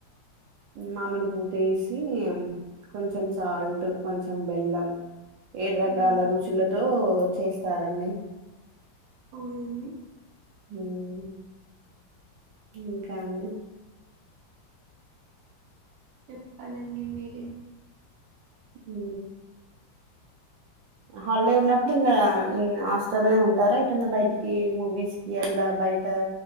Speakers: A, on the right (about 75°); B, on the right (about 60°).
A: మామిడిపూతేసి కొంచెం సాల్ట్, కొంచెం బెల్లం ఏడు రకాల
B: అవునండి.
A: రుచులతో చేస్సారండి
B: ఔనండి.
A: మ్ ఇంకా అన్ని
B: చెప్పాలండి మీరే
A: ఉ హాలిడే ఉన్నప్పుడు ఇంగా ఇన్ హాస్టల్నే ఉంటారా ఎటన్న బైటికి మూవీస్ కి అట్లా బయట